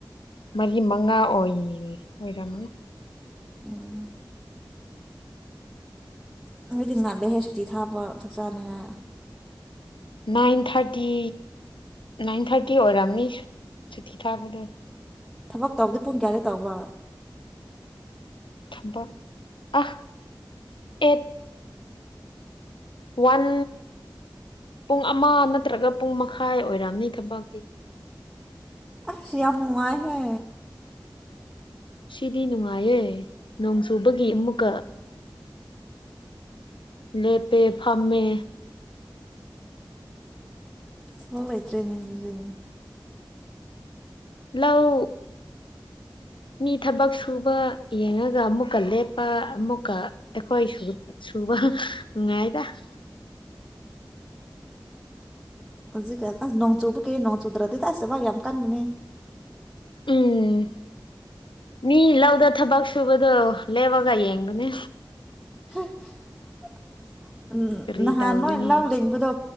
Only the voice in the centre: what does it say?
ꯎꯝ ꯅꯣꯏꯗꯤ ꯉꯜꯂꯦꯍꯦ ꯁꯨꯇꯤ ꯊꯥꯕ ꯆꯥꯛ ꯆꯥꯅꯤꯉꯥꯏ
ꯊꯕꯛ ꯇꯧꯕꯗ ꯄꯨꯡ ꯀꯌꯥ ꯗꯩ ꯇꯧꯕ?
ꯑꯁ ꯌꯥꯝ ꯅꯨꯡꯉꯥꯏꯍꯦ!
ꯊꯕꯛ ꯂꯩꯇ꯭ꯔꯦꯅꯦ ꯑꯗꯨꯗꯤ ꯫
ꯍꯧꯖꯤꯛ ꯀ ꯅꯣꯡ ꯆꯨꯕ ꯀ ꯅꯣꯡ ꯆꯨꯗ꯭ꯔꯗꯤ ꯑꯁꯦꯕ ꯌꯥꯝ ꯀꯟꯒꯅꯦ
<inaudible> ꯎꯝ
ꯅꯍꯥꯟ
ꯅꯣꯏ ꯂꯧ ꯂꯤꯡꯕꯗꯣ